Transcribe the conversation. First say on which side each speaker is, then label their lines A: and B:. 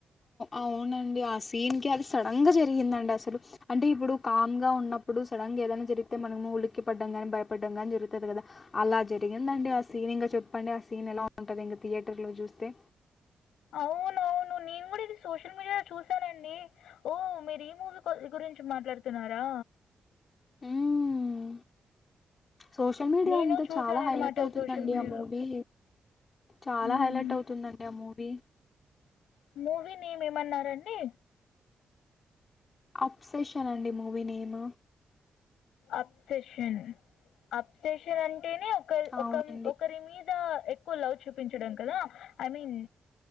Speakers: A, on the left (about 45°); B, on the left (about 85°).
A: అవునండి ఆ సీన్ కి అది సడన్ గా జరిగిందండి అసలు అంటే ఇప్పుడు కామ్ గా ఉన్న ప్పుడు సడన్ గా ఏదైనా జరిగితే మనము ఉలిక్కి పడ్డం గాని భయపడ్డం గాని జరుగుతుంది కదా అలా జరిగిందండి అ సీన్ ఇంకా చెప్పండి ఆ సీన్ ఎలా ఉంటది ఇంకా థియేటర్ లో చూస్తే
B: అవునవును నేను కూడా ఇది సోషల్ మీడియాలో చూసానండి ఓ మీరు ఈ మూవీ గురించి మాట్లాడుతున్నారా
A: హ్మ్ సోషల్ మీడియా
B: నేను
A: అంతా
B: చూసానన్నమాట
A: చాలా హైలైట్ అవుతుందండి
B: సోషల్ మీడియాలో
A: ఆ మూవీ చాలా
B: మ్మ్.
A: హైలైట్ అవుతుందండి ఆ మూవీ
B: మూవీ నెమ్ ఎ మంన్నారండి
A: అప్సెషన్ అండి మూవీ నేమ్
B: అప్సెషన్ అప్సెషన్ అంటే అంటేనే ఒక
A: అవునండి
B: ఒక ఒకరి మీద ఎక్కువ లవ్ చూపించడం కదా ఐ మీన్